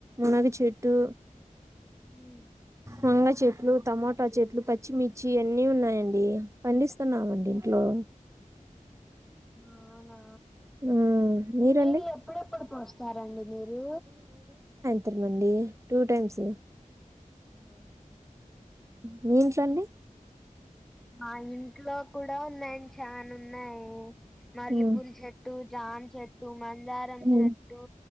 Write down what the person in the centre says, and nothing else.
ఉమ్
అవునా
నీళ్లు ఎప్పుడెప్పుడు పోస్తారండి మీరు
ఇంగా
మా ఇంట్లో కూడా ఉన్నాయి అండి చానా ఉన్నాయి మల్లెపూలు
చెట్టు జాన్ చెట్టు మం దారం
చెట్టు